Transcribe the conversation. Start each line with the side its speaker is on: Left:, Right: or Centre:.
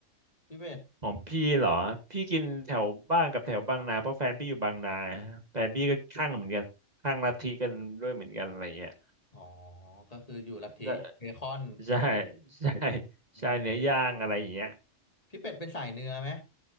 Left: พี่เป็ด
Right: ของพี่เหรอพี่กินแถวบ้านกับแถวบางนาเพราะแฟนพี่อยู่บางนาแฟนพี่ก็ข้างเหมือนกันข้างลัทธิกันด้วยเหมือนกันอะไรเงี้ย
Left: อ๋อก็คืออยู่ลัทธิเบคอน
Right: แล้วใช่ใช่
Left: เออ
Right: ใช่เนื้อย่างอะไรอย่างเงี้ย
Left: พี่เป็ดเป็นสายเนื้อไหม